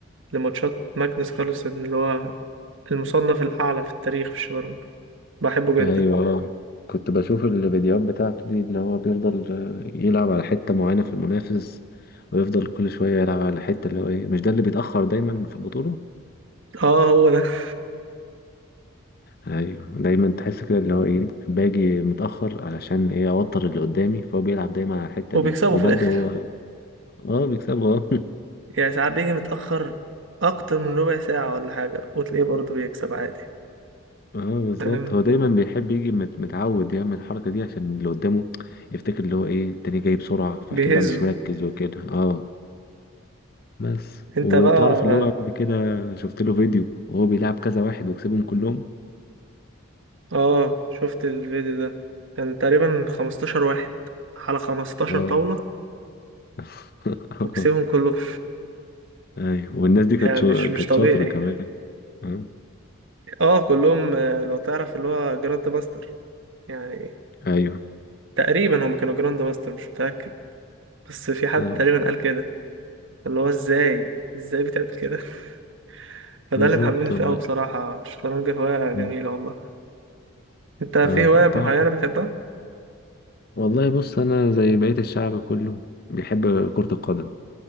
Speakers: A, on the right (about 65°); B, on the left (about 45°).
A: لماتشات ماجنس كارلسن اللي هو المصنف الأعلى في التاريخ في الشطرنج بحبه
B: ايوه
A: جدا
B: كنت بشوف الفيديوهات بتاعته دي اللي هو بيفضل آه، يلعب على حتة معينة في المنافس ويفضل كل شوية يلعب على الحتة اللي هو ايه مش ده اللي بيتأخر دايما في البطولة
A: اه هو ده <laughs>
B: ايوه دايما تحس كده اللي هو ايه باجي متاخر علشان ايه اوتر اللي قدامي فهو بيلعب دايما على الحته
A: وبيكسبوا
B: دي وبرضه
A: في الآخر
B: هو اه بيكسبه اه <laughs>
A: يعني ساعات بيجي متأخر أكتر من ربع ساعة ولا حاجة وتلاقيه برضه بيكسب عادي
B: اه بالظبط
A: تمام
B: هو دايما بيحب يجي مت- متعود يعمل الحركه دي عشان اللي قدامه يفتكر اللي هو ايه التاني جاي بسرعه فاكيد
A: بيهزوا
B: بقى مش مركز وكده اه بس
A: انت
B: وتعرف
A: بقى
B: اللي هو قبل كده شفت له فيديو وهو بيلعب كذا واحد وكسبهم كلهم
A: اه شفت الفيديو ده كان تقريبا 15 واحد على 15
B: اه
A: طاولة
B: <laughs>
A: وكسبهم كلهم <laughs>
B: ايوه والناس دي كانت
A: يعني
B: شو-
A: مش مش
B: كانت
A: طبيعي
B: شاطره كمان اه
A: اه كلهم آه، لو تعرف اللي هو جراند باستر يعني
B: ايوه
A: تقريبا هما كانوا جراند باستر مش متأكد بس في حد
B: اه
A: تقريبا قال كده اللي هو ازاي ازاي بتعمل كده <laughs> فده
B: بالظبط
A: اللي محببني فيه
B: والله
A: قوي بصراحة الشطرنج هواية جميلة
B: مم.
A: والله انت في
B: اه
A: هواية معينة
B: طبعا
A: بتحبها؟
B: والله بص انا زي بقية الشعب كله بيحب كرة القدم